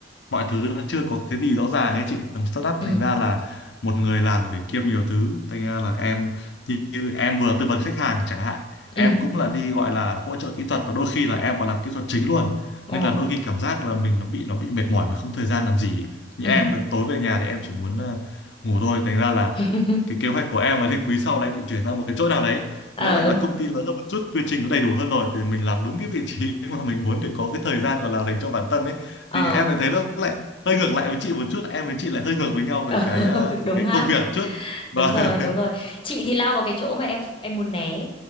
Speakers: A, on the left (about 80°); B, on the left (about 30°).
A: mọi thứ nó chưa có cái gì rõ ràng ấy chị làm startup
B: ừ
A: thành ra là một người làm thì phải kiêm nhiều thứ thành ra là em như, như em vừa tư vấn khách hàng chẳng hạn em
B: ừ
A: cũng là đi gọi là hỗ trợ kỹ thuật và đôi khi là em còn làm kỹ thuật chính luôn
B: ồ
A: nên là đôi khi cảm giác là mình nó bị nó bị mệt mỏi mình không thời gian làm gì như
B: ừ
A: em tối về nhà thì em chỉ muốn ờ, ngủ thôi thành ra là
B: <laughs>
A: cái kế hoạch của em ấy thì quý sau đấy định chuyển ra một cái chỗ nào đấy
B: ờ
A: nó lại là công ty lớn hơn một chút quy trình nó đầy đủ hơn rồi thì mình làm đúng cái vị trí <laughs> mà mình muốn để có cái thời gian gọi là dành cho bản thân ấy
B: ờ
A: thì em lại thấy nó lại hơi ngược lại với chị một chút em với chị lại hơi ngược với nhau
B: ờ
A: về cái
B: <laughs>
A: ờ,
B: đúng
A: cái, cái
B: ha
A: công việc chút và
B: đúng rồi
A: <laughs>
B: đúng rồi chị thì lao vào cái chỗ mà em em muốn né